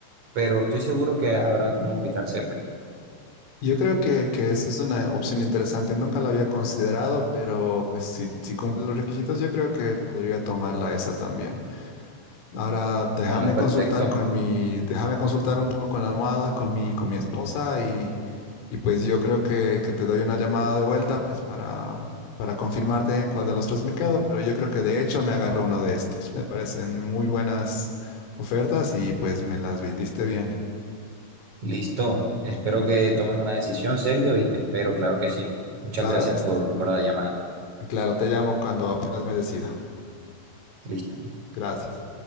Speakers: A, on the right (about 40°); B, on the left (about 80°).
A: pero estoy seguro que habrá algún hospital cerca.
B: Yo creo que, que esa es una opción interesante. Nunca la había considerado, pero pues si, si cumple los requisitos, yo creo que podría tomarla esa también. Ahora déjame
A: Bueno, perfecto.
B: consultar con mi, déjame consultar un poco con la almohada, con mi, con mi esposa y, y pues yo creo que, que te doy una llamada de vuelta pues para, para confirmarte en cuál de los tres me quedo, pero yo creo que de hecho me agarró uno de estos. Me parecen muy buenas ofertas y pues me las vendiste bien.
A: Listo. Espero que tomes una decisión, Sergio, y te espero, claro que sí. Muchas
B: Claro,
A: gracias
B: es-
A: por, por la llamada.
B: claro, te llamo cuando apenas me decida.
A: Listo.
B: Gracias.